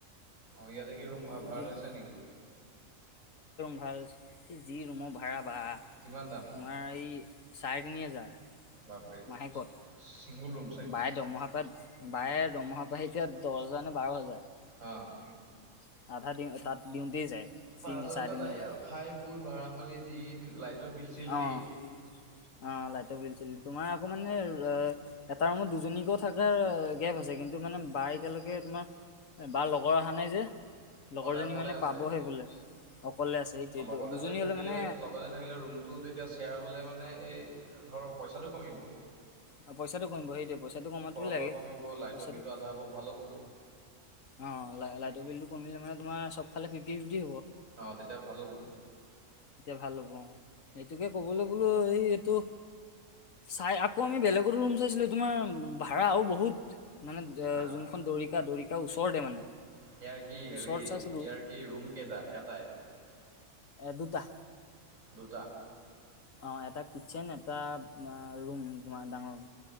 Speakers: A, on the right (about 80°); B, on the left (about 80°).
A: অ ইয়াতে কি ৰুম ভা ভাড়া
B: ইভিনিং
A: লৈছে নেকি।
B: ভাল এই যি ৰুমৰ ভাড়া বা
A: কিমান দাম
B: তোমাৰ এই চাৰে তিনি হেজাৰ।
A: বাপৰে
B: মাহেকত
A: ছিংগলৰুম
B: বায়ে দৰমহাৰ পৰা বায়ে দৰমহাৰ পৰা আহে এতিয়া দহ হোজাৰ নে বাৰ হেজাৰ
A: অঁ
B: আধা দিওঁ তাত দিওঁতে যায়
A: পাঁচ
B: তিনি
A: হাজাৰ
B: চাৰে
A: টকা
B: তিনি
A: যায়েই
B: হাজাৰ
A: আৰু খাই বৈ ভাড়া মেলি দি লাইটৰ বিল চিল
B: অ
A: দি
B: অ লাইটৰ বিলছিল তোমাৰ অকমান ম এটা ৰুমত দুজনীকো থকাৰ গেপ আছে কিন্তু মানে বাৰ এতিয়ালৈকে তোমাৰ বাৰ লগৰ অহা নাই যে লগৰজনী
A: অঁ তাই অকলে
B: মানে
A: আছে
B: পাবহে বোলে অকলে আছে সেইটোৱেটো
A: লগত
B: দুজনী
A: এজনী
B: হ'লে
A: থাকিলে
B: মানে
A: লগৰজনী থাকিলে ৰুমতটো তেতিয়া শ্বেয়াৰ হ'লে মানে এই ধৰ পইচাটো কমিব
B: আৰু পইচাটো কমিব সেইটোৱে পইচাটো কমাটোৱেই
A: খোৱা
B: লাগে
A: বোৱা কমিব লাইটৰ
B: পইচাটো
A: বিলটো আধা হ'ব ভাল হ'ব
B: অ ল লাইটৰ বিলটো কমিলে মানে তোমাৰ চব ফালে ফিফ্টি ফিফ্টি
A: অঁ তেতিয়া ভাল হ'ব
B: তেতিয়া ভাল হ'ব অ সেইটোকে ক'বলৈ এইটো চাই আকৌ আমি বেলেগতো ৰুম চাইছিলো তোমাৰ ভাড়া আৰু বহুত মানে
A: অঁ
B: যোনখন দৰিকা দৰিকা ওচৰতে মানে
A: ইয়াৰ কি হেৰি
B: ওচৰত
A: ইয়াৰ
B: চাইছিলো
A: কি ৰুম কেইটা এটাই
B: এ দুটা
A: দুটা
B: অ এটা কিটচেন এটা ৰুম তোমাৰ ডাঙৰৰুম